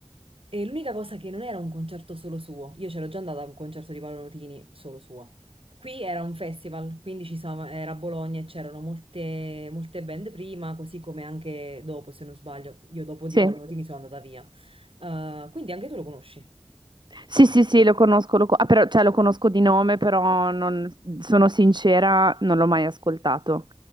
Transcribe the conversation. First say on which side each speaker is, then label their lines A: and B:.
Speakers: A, on the right; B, on the right.
A: E l'unica cosa che non era un concerto solo suo, io c'ero già andata a un concerto di Paolo Nutini solo suo. Qui era un festival, quindi ci siamo- era a Bologna e c'erano molte, molte band prima, così come anche dopo, se non sbaglio. Io dopo di
B: sì,
A: Paolo Nutini sono andata via. Eh, quindi anche tu lo conosci.
B: sì, sì, sì, lo conosco, lo, co- ah, però, cioè, lo conosco di nome, però non- sono sincera, non l'ho mai ascoltato.